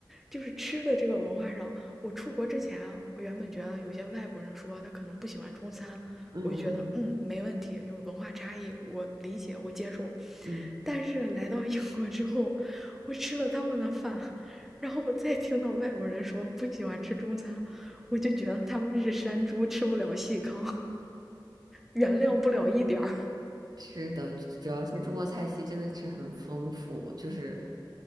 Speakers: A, in the centre; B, on the right (about 55°).
A: 就是吃的这个文化上，我出国之前啊，我原本觉得有些外国人说他可能不喜欢中餐，
B: 嗯嗯嗯
A: 我就觉得嗯没问题，就是文化差异，我理解，我接受。
B: 嗯。
A: 但是来到英国之后，我吃了他们的饭，然后我再听到外国人说不喜欢吃中餐，我就觉得他们是山猪，吃不了细糠，原谅不了一点儿。
B: 是的，主要是中国菜系真的是很丰富，就是